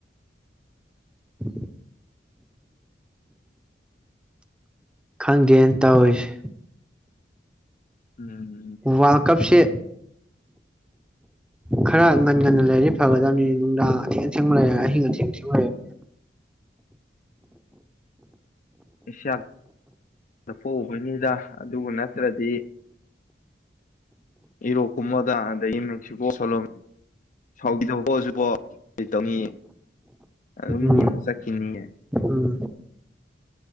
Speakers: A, in the centre; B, on the left.
A: ꯑꯣꯦ ꯈꯪꯗꯦꯅ ꯇꯧꯔꯤꯁꯦ
B: ꯎꯝꯝ ꯎꯝ
A: ꯋꯥꯔꯜ ꯀꯞꯁꯦ ꯈꯔ ꯉꯟꯅ ꯉꯟꯅ ꯂꯩꯔꯗꯤ ꯐꯒꯗꯕꯅꯤꯅ ꯅꯨꯡꯗꯥꯡ ꯑꯊꯦꯡ ꯑꯊꯦꯡꯕ ꯂꯩꯔꯦ ꯑꯍꯤꯡ ꯑꯊꯦꯡ ꯑꯊꯦꯡ ꯂꯩꯔꯕꯅꯤ
B: ꯑꯦꯁꯤꯌꯥ ꯄꯣꯛꯕꯅꯤꯗ ꯑꯗꯨ ꯅꯠꯇ꯭ꯔꯗꯤ ꯏꯔꯣꯛꯀꯨꯝꯕꯗ ꯑꯗꯒꯤ ꯃꯦꯛꯁꯤꯀꯣ ꯁꯣꯂꯨꯝ ꯁꯥꯎꯒꯤꯗꯖꯤꯕꯣ ꯀ ꯇꯧꯉ ꯑꯗꯨ
A: ꯎꯝ
B: ꯌ ꯆꯀꯤꯅꯤ ꯍꯥꯏ
A: ꯎꯝ